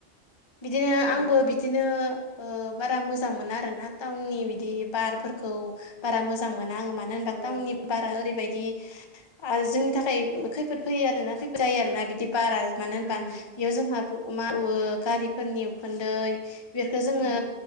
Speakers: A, on the left; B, on the left.
A: बिदिनो
B: औ
A: आंबो
B: औ
A: बिदिनो बारा मोजां मोना आरो ना टाउननि बिदि बारफोरखौ बारा मोजां मोना आंो म मानो होनबा
B: औ
A: टाउननि
B: औ
A: बारा ओरैबायदि आरो जोंनि थाखाय खैफोद फैयो आरोना खैफ जायो आरोोना बिदि बारा मानो
B: उम
A: होनबा
B: उम
A: बेयाव जोंहा मावाो गारिफोरनि उखुन्दै बेखो जोङो
B: उम